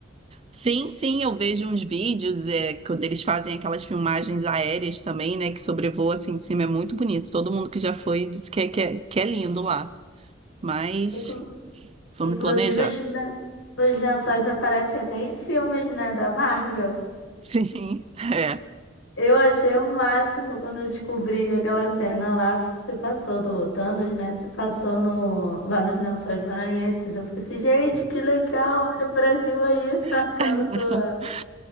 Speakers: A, on the right; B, on the left.
A: Sim, sim, eu vejo uns vídeos é, quando eles fazem aquelas filmagens aéreas também, né? Que sobrevoa assim de cima, é muito bonito. Todo mundo que já foi disse que é, que é, que é lindo lá. Mas
B: Inclu-
A: vamos
B: inclusive,
A: planejar.
B: os, len- os lençóis aparecem até em filmes, né, da Marvel.
A: Sim, é.
B: Eu achei o máximo quando eu descobri que aquela cena lá se passou do Thanos, né? Se passou no, lá nos Lençóis Maranhenses. Eu fiquei assim, gente, que legal, olha o Brasil aí <laughs> marcando
A: <laughs>
B: sua.